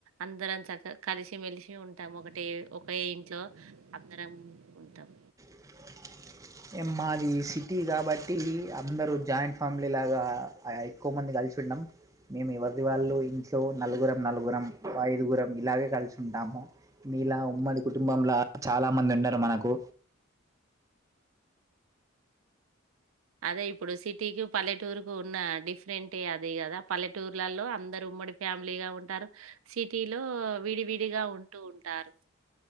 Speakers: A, on the right; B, on the right.
A: అందరం చక్క కలిసిమెలిసి ఉంటాము ఒకటి ఒకే ఇంట్లో అందరం ఉంటాం
B: <inaudible> ఏ మాది సిటీ కాబట్టి అందరు జాయింట్ ఫ్యామిలీ లాగా ఎక్కువ మంది <unintelligible> మేము ఎవరిది వాళ్ళు ఇంట్లో నలుగురం నలుగురం ఐదుగురం ఇలాగే కలిసి ఉంటాము మీలా ఉమ్మడి కుటుంబంలా చాలా మంది ఉండరు మనకు
A: అదే ఇప్పుడు సిటీకి పల్లెటూరుకు ఉన్న డిఫరెంటే అది కదా పల్లెటూర్లలో అందరు ఉమ్మడి ఫ్యామిలీగా ఉంటారు సిటీలో విడివిడిగా ఉంటూ ఉంటారు